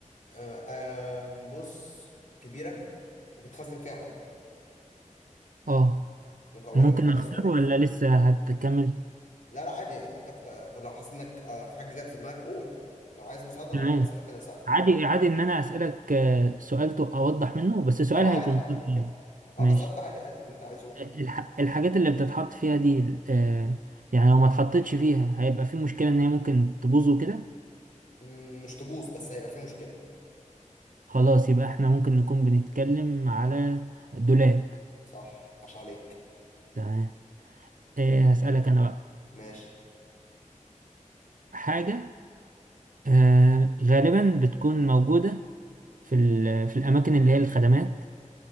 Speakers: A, on the left; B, on the right.
A: آه، آم، بص كبيره وبتخزن فيها حاجه
B: اه
A: مكونة
B: ممكن
A: من خمس
B: اختار
A: حروف
B: ولا لسه هتكمل
A: لا لا عادي انت كت... لو حاسس انك آه، في حاجة جت في دماغك قول لو عايز مساعدة
B: تمام
A: قول لي مثلا ممكن اساعدك
B: عادي عادي ان انا اسألك آه، سؤال تو- اوضح منه بس سؤال
A: اه
B: هيكون
A: عادي
B: دقيق يعني.
A: اه
B: ماشي
A: بالظبط عادي عادي اللي انت عايزه بقى
B: الح... الحاجات اللي بتتحط فيها دي آه، يعني لو ما اتحطتش فيها هيبقى في مشكلة ان هي ممكن تبوظ وكده
A: مم، مش تبوظ بس هيبقى في مشكلة
B: خلاص يبقى احنا ممكن نكون بنتكلم على الدولاب
A: صح عاش عليك
B: تمام آه، هسألك أنا بقى
A: ماشي
B: حاجة آه، غالبا بتكون موجودة في ال- في الأماكن اللي هي الخدمات